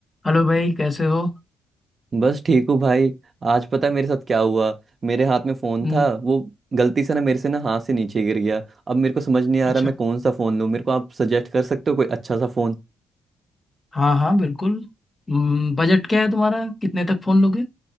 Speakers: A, on the left; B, on the right.
A: Hello भाई कैसे हो
B: बस ठीक हूँ भाई आज पता है मेरे साथ क्या हुआ मेरे हाथ में फोन
A: हम्म,
B: था वो गलती से ना मेरे से ना हाथ से नीचे गिर गया अब मेरे को समझ नहीं आ
A: अच्छा
B: रहा मैं कौन सा फोन लूँ मेरे को आप सजेस्ट कर सकते हो कोई अच्छा सा फोन
A: हाँ हाँ बिल्कुल हम्म, बजट क्या है तुम्हारा कितने तक फोन लोगे